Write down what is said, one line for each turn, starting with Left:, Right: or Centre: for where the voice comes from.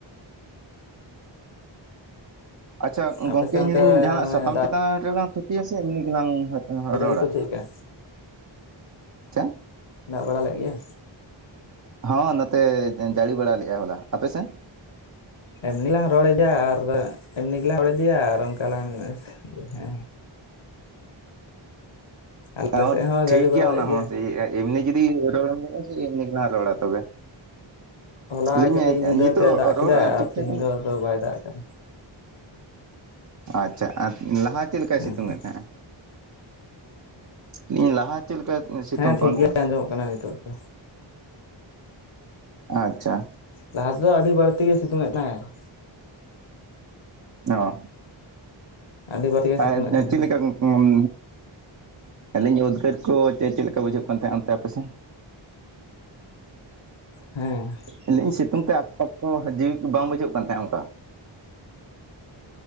Right: ᱟᱪᱪᱷᱟ
Left: ᱟᱯᱮ
Right: ᱜᱚᱝᱠᱮ
Left: ᱥᱮᱫ
Right: ᱤᱧ
Left: ᱚᱱᱛᱮ
Right: ᱞᱮᱤᱧ ᱡᱟᱦᱟᱱᱟᱜ
Left: ᱢᱟᱱᱮ
Right: ᱥᱟᱛᱟᱢ
Left: ᱫᱟᱜ
Right: ᱪᱮᱛ ᱪᱮᱛᱟᱱ ᱨᱮᱞᱟᱝ ᱛᱷᱩᱛᱤᱭᱟ ᱥᱮ ᱮᱢᱱᱤ ᱜᱮᱞᱟᱝ ᱨᱚᱲᱟ?
Left: ᱡᱟᱹᱲᱤ ᱠᱚ ᱪᱮᱫ ᱞᱮᱠᱟ
Right: ᱪᱮ
Left: ᱫᱟᱜ ᱵᱟᱲᱟ ᱞᱮᱫ ᱜᱮᱭᱟ?
Right: ᱦᱚᱸ ᱱᱚᱛᱮ ᱡᱟᱹᱲᱤ ᱵᱟᱲᱟ ᱞᱮᱫᱜ-ᱭ ᱦᱚᱞᱟ ᱟᱯᱮᱥᱮᱱ?
Left: ᱮᱢᱱᱤ ᱞᱟᱝ ᱨᱚᱲ ᱮᱫᱟ ᱟᱨ ᱮᱢᱱᱤ ᱜᱮᱞᱟᱝ ᱨᱚᱲ ᱤᱫᱤᱭᱟ ᱟᱨ ᱚᱝᱠᱟ ᱞᱟᱝ ᱦᱮᱸ ᱦᱮᱸ ᱟᱞᱮ
Right: ᱚ
Left: ᱥᱮᱫ ᱦᱚᱸ
Right: ᱴᱷᱤᱠ
Left: ᱡᱟᱹᱲᱤ ᱵᱟᱲᱟ
Right: ᱜᱮᱭᱟ
Left: ᱞᱮᱫ
Right: ᱚᱱᱟ ᱦᱚᱸ ᱮᱢᱱᱤ ᱡᱩᱫᱤ ᱨᱚᱲᱮᱢ ᱞᱮᱭᱮᱜᱼᱟ ᱡᱮ ᱮᱢᱱᱤ ᱜᱮᱞᱟᱝ ᱨᱚᱲᱟ ᱛᱚᱵᱮ
Left: ᱦᱚᱞᱟ
Right: ᱞᱟᱹᱭᱟᱹᱧ
Left: ᱠᱟᱹᱴᱤᱡ ᱧᱤᱫᱟᱹ
Right: ᱱᱤᱛᱚᱜ
Left: ᱛᱮᱜ ᱫᱟᱜ
Right: ᱨᱚᱲ
Left: ᱠᱮᱫᱟᱭ ᱟᱨ
Right: ᱴᱷᱤᱠ
Left: ᱛᱤᱦᱤᱧ
Right: ᱴᱷᱟᱠ
Left: ᱫᱚ ᱟᱫᱚ ᱵᱟᱭ ᱫᱟᱜ ᱟᱠᱟᱫᱟ
Right: ᱟᱪᱪᱷᱟ ᱟᱨ ᱞᱟᱦᱟ ᱪᱮᱫ ᱞᱮᱠᱟᱭ
Left: ᱦᱩᱸ
Right: ᱥᱤᱛᱩᱝ
Left: ᱦᱩᱸ
Right: ᱮᱫ ᱛᱟᱦᱮᱸᱜᱼᱟ? ᱞᱤᱧ ᱞᱟᱦᱟ ᱪᱮᱫ ᱞᱮᱠᱟ ᱥᱤᱛᱩᱝ
Left: ᱦᱮᱸ
Right: ᱠᱚᱜᱼᱟ
Left: ᱴᱷᱤᱠ
Right: ᱚᱱᱛᱮ?
Left: ᱜᱮ ᱟᱸᱡᱚᱢᱚᱜ ᱠᱟᱱᱟ ᱱᱤᱛᱚᱜ ᱫᱚ
Right: ᱟᱪᱪᱷᱟ
Left: ᱞᱟᱦᱟ ᱛᱮᱫᱚ ᱟᱹᱰᱤ ᱵᱟᱹᱲᱛᱤ ᱜᱮ ᱥᱤᱛᱩᱝ ᱮᱜ ᱛᱟᱦᱮᱸᱫᱼᱮ
Right: ᱚ
Left: ᱟᱹᱰᱤ ᱵᱟᱹᱲᱛᱤ ᱜᱮ ᱥᱤᱛᱩᱝ
Right: ᱟᱨ
Left: ᱮᱫ ᱛᱟᱦᱮᱱᱟ
Right: ᱪᱮᱫᱞᱮᱠᱟ ᱜᱩᱸ <unintelligible> ᱟᱹᱞᱤᱧ ᱩᱵᱜᱟᱤᱜᱟᱹᱨ ᱠᱚ ᱪᱮᱫ ᱪᱮᱫ ᱞᱮᱠᱟ ᱵᱩᱡᱷᱟᱹᱜ ᱠᱟᱱ ᱛᱟᱦᱮᱸᱫ ᱚᱱᱛᱮ ᱟᱯᱮᱥᱮᱱ?
Left: ᱦᱮᱸ
Right: ᱟᱞᱤᱧ ᱥᱤᱛᱩᱝ ᱛᱮ ᱟᱠᱯᱟᱠ ᱠᱚ ᱡᱤᱣᱤ ᱠᱚ ᱵᱟᱝ ᱵᱩᱡᱷᱟᱹᱜ ᱠᱟᱱ ᱛᱟᱦᱮᱸᱫ ᱚᱱᱠᱟᱼᱼ